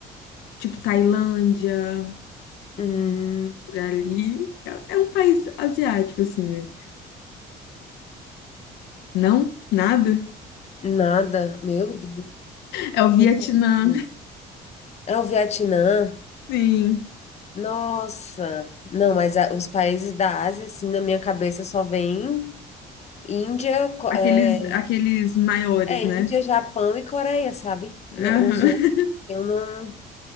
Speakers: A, on the left (about 85°); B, on the left (about 40°).
A: tipo, Tailândia,
B: hum,
A: por ali. É, é um país asiático, assim, né? Não? Nada?
B: nada. Meu Deus,
A: É o
B: tô
A: Vietnã,
B: péssima. É o Vietnã.
A: sim.
B: Nossa. Não, mas a- os países da Ásia, assim, na minha cabeça só vem Índia, co-
A: Aqueles,
B: é,
A: aqueles maiores,
B: é
A: né?
B: Índia, Japão e Coreia, sabe? Na-
A: Aham.
B: Os outros, eu não.